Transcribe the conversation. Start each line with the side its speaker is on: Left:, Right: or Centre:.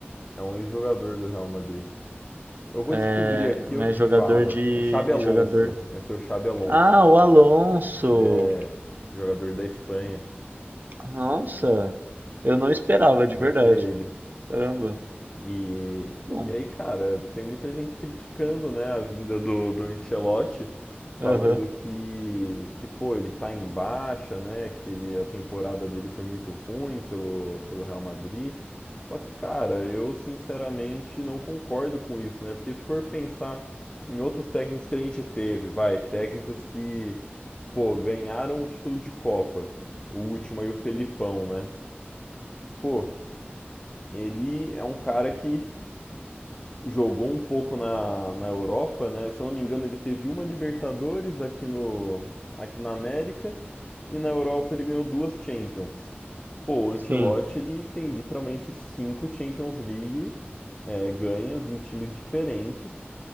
Left: é um ex-jogador do Real Madrid. Eu vou
Right: É,
Left: descobrir aqui,
Right: mas
Left: eu te
Right: jogador
Left: falo.
Right: de
Left: É Xabi Alonso.
Right: jogador.
Left: Esse é o Xabi Alonso.
Right: Ah, o Alonso.
Left: É jogador da Espanha.
Right: Nossa, eu não esperava de
Left: Vai
Right: verdade.
Left: ser ele.
Right: Caramba.
Left: E,
Right: Bom,
Left: e aí, cara, tem muita gente criticando, né, a vinda do, do Ancelotti, falando
Right: aham.
Left: que, que, pô, ele tá em baixa, né, que ele- a temporada dele foi muito ruim pelo, pelo Real Madrid. Só que, cara, eu sinceramente não concordo com isso, né, porque se for pensar em outros técnicos que a gente teve, vai, técnicos que, pô, ganharam o título de Copa, o último aí, o Felipão, né, pô, ele é um cara que jogou um pouco na, na Europa, né? Se eu não me engano, ele teve uma Libertadores aqui no aqui na América e na Europa ele ganhou duas Champions. Pô, o Ancelotti
Right: Sim.
Left: ele tem literalmente cinco Champions League é, ganhas em times diferentes.